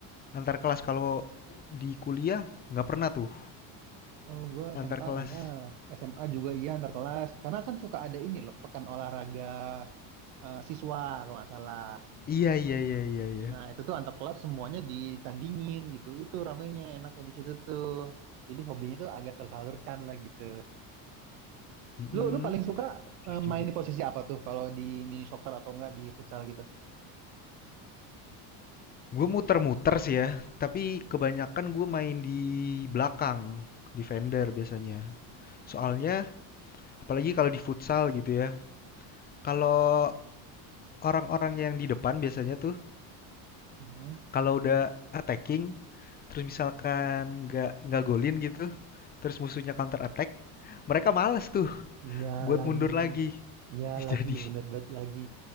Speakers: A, on the left; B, on the right.
A: antar kelas kalau di kuliah nggak pernah tuh
B: Oh, gue
A: antar
B: SMA
A: kelas.
B: iya, SMA juga iya antar kelas. Karena kan suka ada ini loh pekan olahraga eh, siswa kalau nggak salah.
A: Iya iya iya iya iya.
B: Nah, itu tuh antar kelas semuanya ditandingin gitu. Itu ramenya enaknya di situ tuh. Jadi hobinya tuh agak tersalurkan lah gitu.
A: Mm-mm.
B: Lu lu paling suka
A: Sedih
B: eh,
A: juga.
B: main di posisi apa tuh kalau di mini soccer atau enggak di futsal gitu?
A: Gue muter-muter sih ya, tapi kebanyakan gue main di belakang, di vendor biasanya. Soalnya Apalagi kalau di futsal gitu ya. Kalau orang-orang yang di depan biasanya tuh
B: Mhm.
A: kalau udah attacking, terus misalkan nggak nggak golin gitu, terus musuhnya counter attack, mereka males tuh
B: Iya
A: buat
B: lagi,
A: mundur lagi.
B: iya
A: <laughs>
B: lagi,
A: Jadi
B: bener banget lagi.